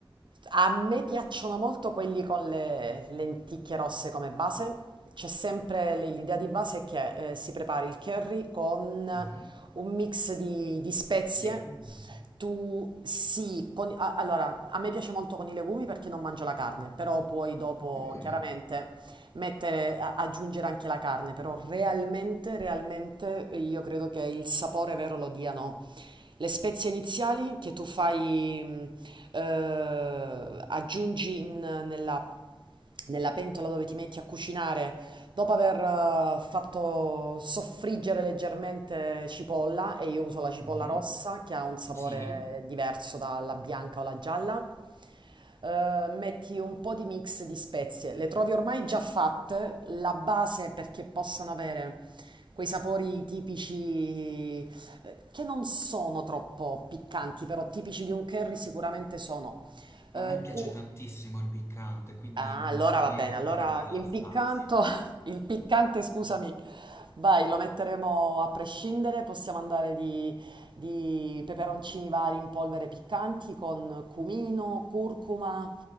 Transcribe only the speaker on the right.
A me piacciono molto quelli con le lenticchie rosse come base. C'è sempre l- l'idea di base che eh, si prepari il curry con
un mix di, di spezie.
Tu sì, con- a- allora a me piace molto con i legumi perché non mangio la carne, però poi dopo
chiaramente mettere, a- aggiungere anche la carne, però realmente, realmente io credo che il sapore vero lo diano le spezie iniziali che tu fai, mh, eh, aggiungi in- nella, nella pentola dove ti metti a cucinare, dopo aver eh, fatto soffriggere leggermente cipolla, e io uso la cipolla
rossa che ha un sapore
diverso dalla bianca o la gialla eh, metti un po' di mix di spezie, le trovi ormai già fatte, la base perché possano avere quei sapori tipici eh, che non sono troppo piccanti, però tipici di un curry sicuramente sono. Eh,
cu-
Ah,
allora
va bene. Allora
il
piccanto, <laughs> il piccante, scusami, vai, lo metteremo a prescindere. Possiamo andare di, di peperoncini vari in polvere piccanti con cumino, curcuma.